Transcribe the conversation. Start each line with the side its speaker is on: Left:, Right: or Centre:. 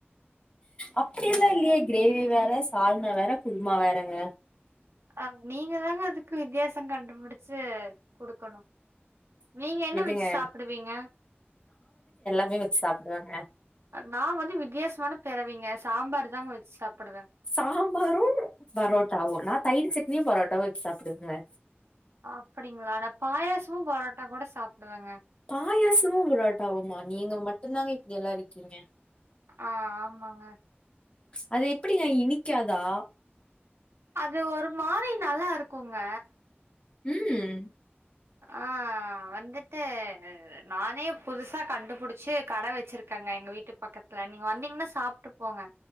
Left: அப்படியெல்லா இல்லையே கிரேவி வேற சால்னா வேற குருமா வேறங்க
Right: அ நீங்க தாங்க அதுக்கு வித்தியாசம் கண்டுபிடிச்சு குடுக்கணும் நீங்க என்ன
Left: விடுங்க
Right: வெச்சு சாப்பிடுவீங்க
Left: எம்மி வச்சு சாப்பிடுவாங்க
Right: நான் வந்து வித்தியாசமான பெறவீங்க சாம்பார் தாங்க வச்சு சாப்பிடுவேன்
Left: சாம்பாரும் பரோட்டாவும் நான் தயிர் சட்னியும் பரோட்டாவும் வச்சு சாப்பிடுவேங்க
Right: அப்டிங்களா நா பாயசமும் பரோட்டா கூட சாப்பிடுவேங்க
Left: பாயசமும் பரொட்டாவுமா நீங்க மட்டும்தாங்க இப்படி எல்லாம் இருக்கீங்க
Right: ஆ ஆமாங்க
Left: அது எப்படிங்க இனிக்காதா
Right: அது ஒரு மாரி நல்லாருக்கொங்க
Left: ம்
Right: ஆ வந்துட்டு நானே புதுசா கண்டுபுடிச்சு கட வச்சிருக்கேங்க எங்க வீட்டு பக்கத்துல நீங்க வந்தீங்கன்னா சாப்ட்டு போங்க